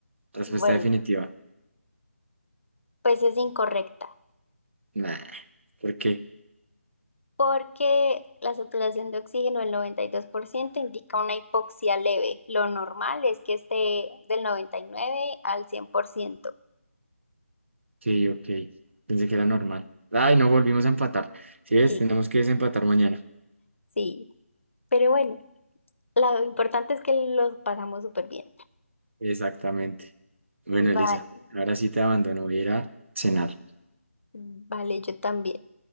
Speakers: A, on the right (about 55°); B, on the left (about 60°).
A: Respuesta
B: Bueno,
A: definitiva.
B: pues es incorrecta,
A: Nah, ¿por qué?
B: porque la saturación de oxígeno del 92% indica una hipoxia leve. Lo normal es que esté del 99 al 100%.
A: Sí, ok. Pensé que era normal. Ay, no volvimos a empatar. Sí ves?
B: Sí,
A: tenemos que desempatar mañana.
B: sí, pero bueno, lo importante es que lo pasamos súper bien.
A: Exactamente. Bueno,
B: Vale,
A: Elisa, ahora sí te abandono. Voy a ir a cenar.
B: vale, yo también.